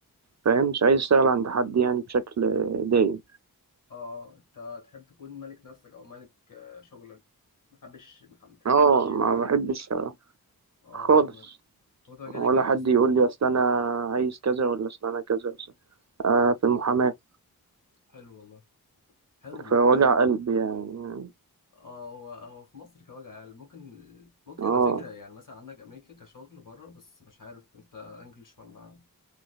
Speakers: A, on the right (about 50°); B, on the left (about 55°).
A: فاهم مش عايز اشتغل عند حد يعني بشكل دايم
B: اه أنت تحب تكون ملك نفسك أو ملك آه، شغلك ما تحبش ما تحبش
A: اه
B: حد يملي
A: ما
B: عليك
A: بحبش
B: اه
A: خالص
B: فاهمك هو أنت مجالك
A: ولا
B: إيه
A: حد
B: أصلا؟
A: يقول لي اصل انا عايز كذا ولا اصل انا كذا أصل- آه في المحاماة
B: حلو والله حلو
A: في
B: محاماة
A: وجع قلب يعني
B: اه هو هو في مصر كوجع عال ممكن ممكن
A: اه
B: على فكرة يعني مثلا عندك أمريكا كشغل بره بس مش عارف أنت إنجلش ولا